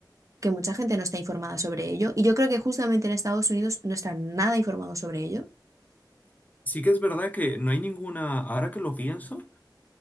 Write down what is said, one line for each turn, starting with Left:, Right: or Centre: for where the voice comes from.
Right: que mucha gente no está informada sobre ello. Y yo creo que justamente en Estados Unidos no están nada informados sobre ello.
Left: Sí que es verdad que no hay ninguna, ahora que lo pienso,